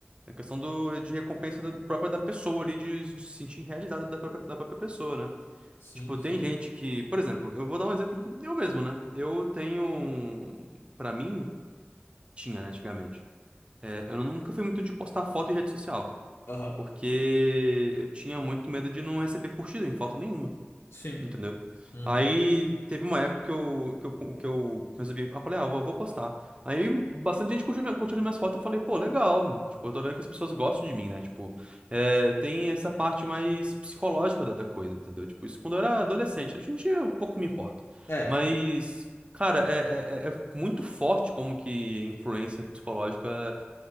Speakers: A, on the right; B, on the left.
A: É questão do, de recompensa da- própria da pessoa ali, de, de se sentir realizado da própria, da própria pessoa, né?
B: sim,
A: Tipo,
B: sim.
A: tem gente que, por exemplo, eu vou dar um exemplo de- eu mesmo, né? Eu tenho, um- Pra mim, tinha, né, antigamente. É, eu nunca fui muito de postar foto em rede social,
B: Aham.
A: porque eu tinha muito medo de não receber curtida em foto nenhuma.
B: Sim.
A: Entendeu?
B: Uhum.
A: Aí teve uma época que eu, que eu, que eu resolvi. Eu falei, ah, vou, vou postar. Aí bastante gente curtiu, minha, curtiu as minhas fotos. Eu falei, pô, legal. Tipo, eu tô vendo que as pessoas gostam de mim, né? Tipo, é, tem essa parte mais psicológica da, da coisa, entendeu? Tipo, isso quando eu era adolescente. né? Hoje em dia eu pouco me importo.
B: É,
A: Mas, cara, é, é, é- é muito forte como que influência psicológica